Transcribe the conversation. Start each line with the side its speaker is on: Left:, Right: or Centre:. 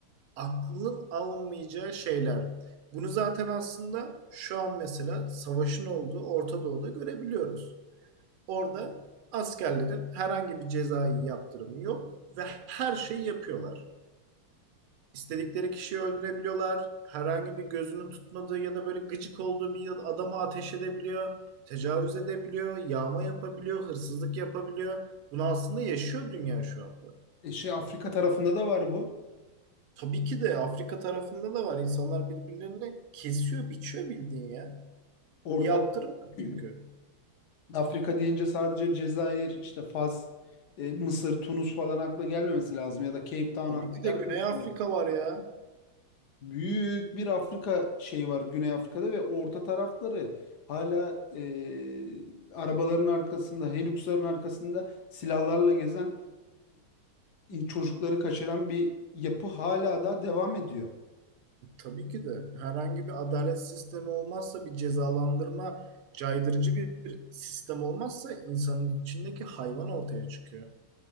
Right: aklın alınmayacağı şeyler. Bunu zaten aslında şu an mesela savaşın olduğu Orta Doğu'da görebiliyoruz. Orada askerlerin herhangi bir cezai yaptırımı yok ve her şeyi yapıyorlar. İstedikleri kişiyi öldürebiliyorlar. Herhangi bir gözünün tutmadığı ya da böyle gıcık olduğu bir adama ateş edebiliyor. Tecavüz edebiliyor, yağma yapabiliyor, hırsızlık yapabiliyor. Bunu aslında yaşıyor dünya şu anda.
Left: E, şey Afrika tarafında da var bu.
Right: Tabii ki de Afrika tarafında da var. İnsanlar birbirlerini kesiyor, biçiyor bildiğin ya.
Left: Orada
Right: Bir yaptırım yok
Left: <clears throat>
Right: çünkü.
Left: Afrika deyince sadece Cezayir, işte Fas, e, Mısır, Tunus falan akla gelmemesi lazım ya da Cape Town
Right: Tabii
Left: akla
Right: ki
Left: gelmemesi
Right: de Güney Afrika
Left: lazım.
Right: var ya.
Left: büyük bir Afrika şeyi var Güney Afrika'da ve orta tarafları hala e, arabaların arkasında, Hilux'ların arkasında silahlarla gezen <clears throat> çocukları kaçıran bir yapı hala da devam ediyor.
Right: Tabii ki de herhangi bir adalet sistemi olmazsa bir cezalandırma caydırıcı bir sistem olmazsa insanın içindeki hayvan ortaya çıkıyor.